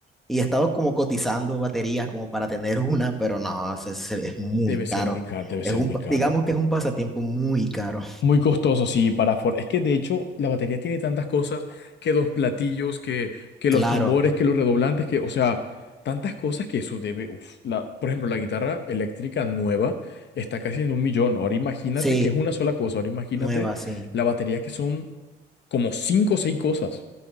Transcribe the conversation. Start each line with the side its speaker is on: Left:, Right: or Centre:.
Centre: y he estado como cotizando baterías como para tener <laughs> una, pero no, se- se- es, muy
Left: debe
Centre: caro,
Left: ser muy caro, debe ser
Centre: es un,
Left: muy
Centre: pa-
Left: caro.
Centre: digamos que es un pasatiempo muy caro,
Left: Muy costoso, sí, para Ford. Es que de hecho la batería tiene tantas cosas que dos platillos, que, que
Centre: claro,
Left: los tambores, que los redoblantes, que, o sea, tantas cosas que eso debe. uf, la, por ejemplo, la guitarra eléctrica nueva está casi en un millón. Ahora imagínate
Centre: sí,
Left: que es una sola cosa. Ahora imagínate
Centre: nueva, sí,
Left: la batería que son como cinco o seis cosas.